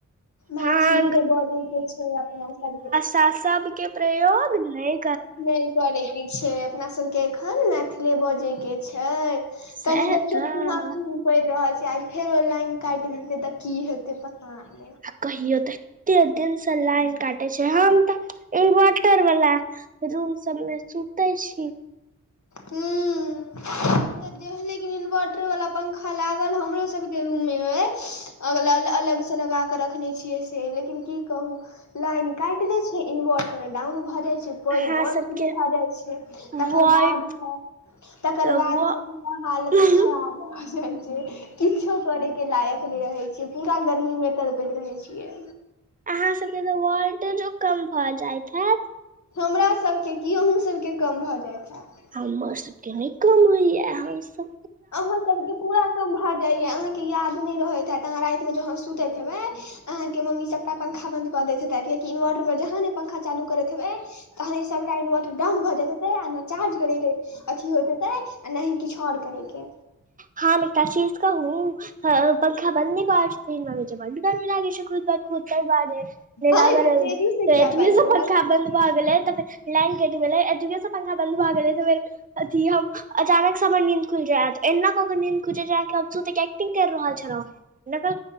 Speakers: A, on the left; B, on the right.
A: मैथिलीेये
B: हँ
A: बजै के छै अपना सबके
B: तऽ सब के प्रयोग नै
A: नय करै के छै अपना सब के एखन मैथिली बजै के छय
B: सएह
A: तनी देखियौ
B: तऽ
A: फुहा फू परि रहल छै आइ फेरो लाइन काटि देतै तऽ की हेतै पता नै
B: आ कहियो तऽ एते दिन से लाइन काटझ छै हम तऽ इन्वर्टर वाला रूम सबमे सुतै छी
A: हूं जे होय लेकिन इन्वर्टर वाला पंखा लागल हमरो सबके रूम मे होए अगलल अलग से लगा कऽ रखने छियै से लेकिन की कहू लाइन काटि दै छै इनवर्टर डाउन भऽ जाइ छै पाइन
B: अहाँ
A: और
B: सबके
A: शुरू भऽ जाइ छै तकर
B: वोल्ट
A: बाद तकर
B: व
A: बाद से पूरा हालत
B: अहाँ
A: खराब भ जाइ छै किछो करैके लायक नहि रहैत छियै पूरा गर्मीमे तड़पैत रहैत छियै।
B: अहाँ सबके तऽ वोल्टेजो कम भऽ जायत हैैत।
A: हमर सभके की अहूँ सभ के कम भऽ जाइत हैत।
B: हमर सभके नय कम होइए हम सभ
A: अहाँ सबके पूरा कम भऽ जाइये अहाँ के याद नय रहैत हैत अहाँ राति मे जहा सुतैत हेबै अहाँके मम्मी सभटा पंखा बन्द कऽ दैत हेतथि कियाकि इन्वर्टर पर जहाँ ने पंखा चालू करैत हेबै तहय ई सभटा इन्वर्टर डाउन भऽ जायत हेतै आ ने चार्ज करैके अथी होयत हेतै नहि किछु ओर करैके
B: हम एकटा चीज कहू पंखा बन्द नै कऽ पाबै छथिन मम्मी के बड गरमी लागै छै खुद ब खूद तैं दुवारे
A: अहाँ
B: नय अगर
A: एते तेजी से किया
B: बैटरी
A: बाजि
B: से
A: रहल
B: पंखा बन्द भऽ गेलै तऽ लाइन कटि गेलै आ टीभी सब पंखा बन्द भऽ गेलै तऽ फेर अथी हम अचानक स हमर नीन्द खुलि जायत एना नींद खुजि जायते हम सुतैके एक्टिंग कऽ रहल छलौ हे नकल